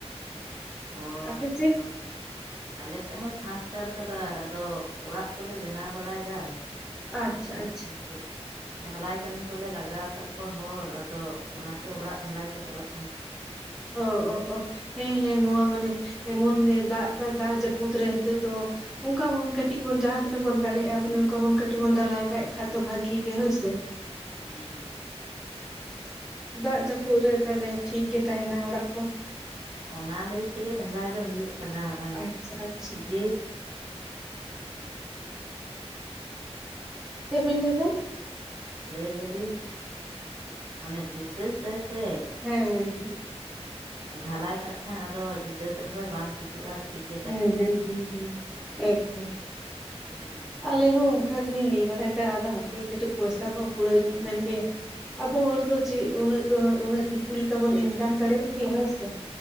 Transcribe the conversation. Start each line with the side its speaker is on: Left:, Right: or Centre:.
Right: ᱚ
Centre: ᱟᱯᱮ ᱥᱮᱫ
Right: ᱟᱞᱮᱥᱮᱫ ᱦᱚᱸ ᱯᱷᱟᱸᱠ ᱛᱟᱲ ᱠᱟᱫᱟ ᱟᱫᱚ ᱚᱲᱟᱜ ᱠᱚᱞᱮ ᱵᱮᱱᱟᱣ ᱵᱟᱲᱟᱭᱮᱫᱟ
Centre: ᱟᱪᱪᱷᱟ
Right: <unintelligible>
Centre: ᱟᱪᱪᱷᱟ
Right: ᱰᱷᱟᱞᱟᱭ ᱠᱟᱹᱢᱤ ᱠᱚᱞᱮ ᱞᱟᱜᱟᱣ ᱟᱠᱟᱫ ᱠᱚᱣᱟ ᱦᱚᱲ ᱟᱫᱚ ᱚᱱᱟᱜᱮ ᱚᱲᱟᱜ ᱰᱷᱟᱞᱟᱭ ᱠᱚ ᱪᱟᱞᱟᱜ ᱠᱟᱱᱟ
Centre: ᱳᱻᱳᱻᱳ ᱦᱮᱸ ᱦᱮᱸ ᱱᱚᱣᱟ ᱢᱟᱱᱮ ᱮᱢᱚᱱᱮ ᱫᱟᱜᱽ ᱫᱟ ᱫᱟᱜᱽ ᱡᱟᱹᱯᱩᱫ ᱨᱮ ᱱᱤᱛᱚᱜ ᱫᱚ ᱚᱱᱠᱟ ᱵᱚᱱ ᱠᱟᱹᱴᱤᱡ ᱵᱚᱱ ᱡᱟᱦᱟᱸ ᱛᱤᱱᱟᱹᱜ ᱵᱚᱱ ᱫᱟᱲᱮᱭᱟᱜᱼᱟ ᱢᱟᱱᱮ ᱚᱱᱠᱟ ᱵᱚᱱ ᱠᱟᱹᱴᱤᱡ ᱵᱚᱱ ᱰᱷᱟᱞᱟᱭ ᱠᱟᱜ ᱠᱷᱟᱱ ᱫᱚ ᱵᱷᱟᱜᱤ ᱜᱮ ᱦᱳᱭᱥᱮ
Right: ᱦᱩᱸ ᱦᱩᱸ
Centre: ᱫᱟᱜ ᱡᱟᱹᱯᱩᱫ ᱨᱮ ᱛᱟᱦᱚᱞᱮ ᱴᱷᱤᱠᱜᱮ ᱛᱟᱦᱮᱱᱟ ᱚᱲᱟᱜ ᱠᱚ
Right: ᱚᱱᱟ ᱞᱟᱹᱭ ᱛᱮᱜᱮ ᱰᱷᱟᱞᱟᱭ ᱫᱚ ᱦᱩᱭᱩᱜ ᱠᱟᱱᱟ ᱚᱱᱮ
Centre: ᱟᱪᱪᱷᱟ ᱟᱪᱪᱷᱟ
Right: ᱤᱭᱟᱹ
Centre: ᱪᱮᱫ ᱵᱤᱱ ᱞᱟᱹᱭᱮᱫᱟ
Right: ᱞᱟᱹᱭ ᱫᱟᱞᱤᱧ ᱢᱟᱱᱮ ᱡᱤᱴᱟᱹᱥᱫᱟᱭ ᱥᱮ
Centre: ᱦᱮᱸ ᱦᱮᱸ
Right: ᱰᱷᱟᱞᱟᱭ ᱠᱟᱜ ᱠᱷᱟᱱ ᱟᱫᱚ ᱡᱷᱤᱴᱟᱹ ᱥ ᱨᱮᱦᱚᱭ ᱵᱟᱝ ᱪᱤᱠᱟᱹᱜᱼᱟ ᱴᱷᱤᱠᱜᱮ
Centre: ᱦᱩᱸ ᱦᱩᱸ ᱦᱩᱸ ᱦᱩᱸ ᱮᱠᱫᱚᱢ
Right: ᱦᱩᱸ
Centre: ᱟᱞᱮ ᱦᱚ ᱚᱱᱠᱟ ᱜᱮᱞᱤᱧ ᱞᱟᱹᱭ ᱵᱟᱲᱟᱭᱮᱫᱟ ᱟᱫᱚ ᱦᱟᱯᱮ ᱠᱟᱹᱴᱤᱡ ᱯᱚᱭᱥᱟ ᱠᱚ ᱠᱩᱲᱟᱹᱭ ᱧᱚᱜ ᱞᱮᱱᱜᱮ ᱟᱵᱚ ᱦᱚᱲ ᱫᱚ ᱪᱮᱫ ᱩᱱᱟᱹᱜ ᱫᱚ ᱩᱱᱟᱹᱜ ᱫᱤᱠᱩ ᱞᱮᱠᱟ ᱵᱚᱱ ᱤᱱᱠᱟᱢ ᱫᱟᱲᱮᱭᱟᱜᱼᱟ ᱠᱤ ᱦᱮᱸᱥᱮ